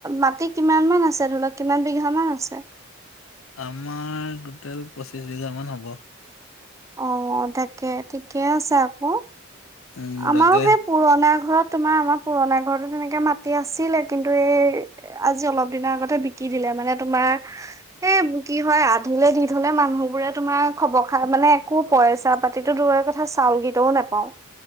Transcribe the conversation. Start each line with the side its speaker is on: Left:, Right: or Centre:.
Right: মাটি। কিমান মান আছে, ধৰি লোৱা কিমান বিঘা মান আছে।
Left: আমাৰ টোটেল পঁচিছ বিঘাৰ মান হ'ব।
Right: অ' তাকে ঠিকে আছে আকৌ।
Left: উম
Right: আমাৰো
Left: তাকে
Right: সেই পুৰণা ঘৰত তোমাৰ আমাৰ পুৰণা ঘৰতো তেনেকে মাটি আছিলে। কিন্তু, এই আজি অলপ দিনৰ আগতে বিকি দিলে মানে তোমাৰ। এ কি হয় আধিলে দি থলে মানুহবোৰে তোমাৰ খবৰ খা মানে একো পইচা পাতিতো দৰোৰে কথা চাউল কেইটাও নেপাওঁ।